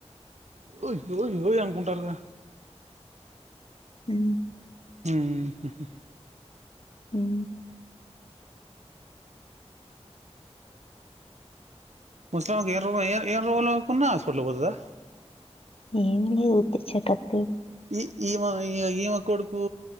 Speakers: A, on the right; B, on the left.
A: ఆఁ ఊయ్ ఊయ్ ఓయ్ అనుకుంటారుగా
B: ఊఁ
A: ఊ ఊ హు హూ
B: ఊఁ
A: ముస్లాంకు ఏ రోగం ఏ ఏ రోగులోకున్నా ఆస్పటల్ పోతదా
B: ఏం లేదు వుత్తి చెకప్
A: ఇ ఈమాయి ఇగ ఈమ కొడుకూ